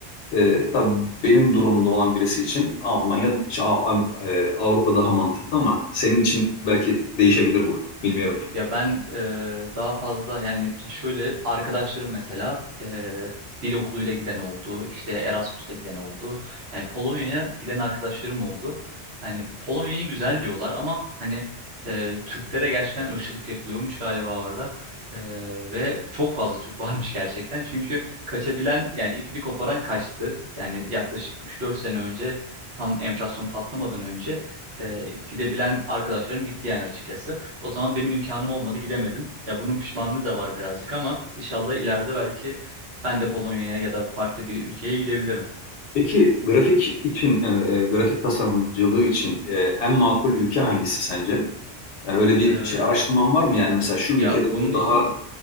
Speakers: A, on the left; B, on the right.
A: e, tabii benim durumda olan birisi için Almanya, şey, A- A- e, Avrupa daha mantıklı ama senin için belki değişebilir bu. Bilmiyorum.
B: Ya ben e, daha fazla yani şöyle arkadaşlarım mesela e, dil okuluyla giden oldu, işte Erasmus'la giden oldu. Yani Polonya'ya giden arkadaşlarım oldu. Yani Polonya'yı güzel diyorlar ama hani e, Türklere gerçekten ırkçılık yapılıyormuş galiba orada. E, ve çok fazla Türk <laughs> varmış gerçekten. Çünkü kaçabilen yani ipini koparan kaçtı. Yani yaklaşık üç dört sene önce tam enflasyon patlamadan önce e, gidebilen arkadaşlarım gitti yani açıkçası. O zaman benim imkanım olmadı, gidemedim. Ya bunun pişmanlığı da var birazcık ama inşallah ileride belki ben de Polonya'ya ya da farklı bir ülkeye gidebilirim.
A: Peki grafik için yani e, grafik tasarımcılığı için e, en makul ülke hangisi sence? Yani öyle bir
B: Ee,
A: şey araştırman var mı? Yani mesela şu ülkede
B: ya bunun
A: bu
B: için
A: daha